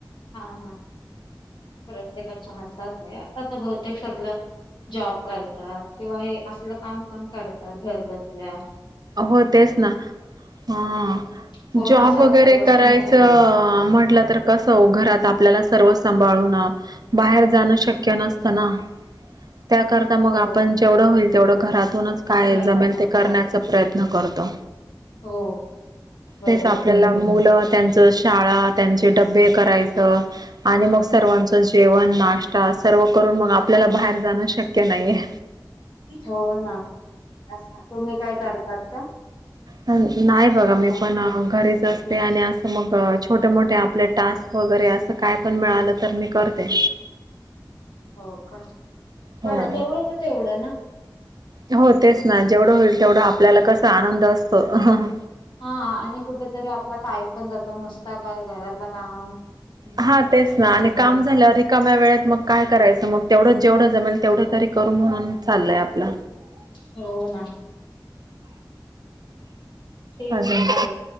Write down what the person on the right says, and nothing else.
होय तेच ना. हा
जॉब
वगैरे
करायचं
म्हटलं तर कसं वो घरात आपल्याला सर्व सांभाळून बाहेर जाणं शक्य नसतं ना. त्याकरता मग
आपण जेवढं होईल तेवढं घरातूनच काय
जमेल ते करण्याच
प्रयत्न करतो
तेच आपल्याला
मुलं त्यांच शाळा, त्यांचे डबे करायचं आणि मग सर्वांचं जेवण, नाष्टा सर्व करून मग आपल्याला बाहेर जाणं शक्य नाही आहे.
नाही बघा मी
पण घरीच अस ते आणि असं मग छोटे, मोठे आपले टास्क वगैरे असं काय पण मिळालं तर मी करते.
हो.
हो तेच ना जेवढं होईल तेवढं आपल्याला कसा आनंद असतो. अहं.
हा तेच
ना आणि
काम झाल्यावर रिकाम्या वेळेत मग काय करायचं, मग तेवढं जेवढं जमेल तेवढं तरी करू म्हणून चालय आपलं
अजून